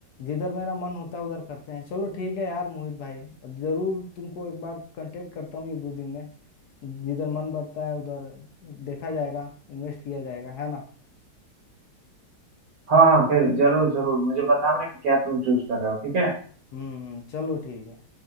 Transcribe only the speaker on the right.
हाँ हाँ फिर जरूर जरूर मुझे बताना कि क्या तुम चूज कर रहे हो ठीक है